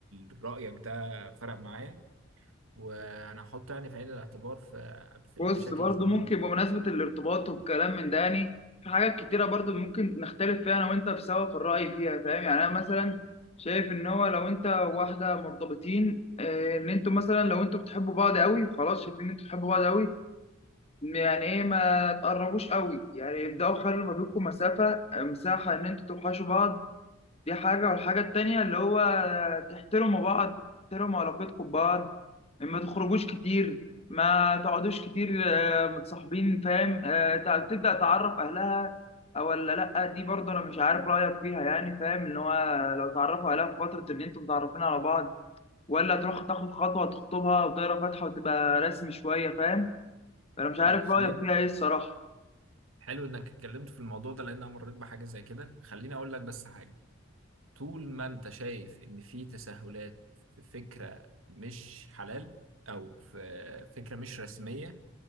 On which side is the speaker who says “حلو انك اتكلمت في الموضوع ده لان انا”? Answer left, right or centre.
Right